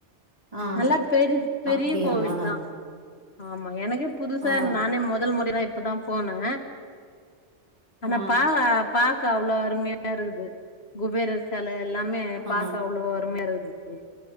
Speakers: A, on the right (about 30°); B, on the left (about 60°).
A: ஆ
B: நல்லா பெரு பெரிய
A: அப்படியா
B: கோவில்
A: ஆ
B: தா ஆமா எனக்கே புதுசா
A: ஆ
B: இருந் நானே முதல் முறைதா இப்பதா போன ஆனா
A: ஆ
B: பா பாக்க அவ்ளோ அருமையா இருக்குது குபேரர் செல எல்லாமே
A: ஆ
B: பாக்க அவ்ளோ அருமையா இருக்குது தோழி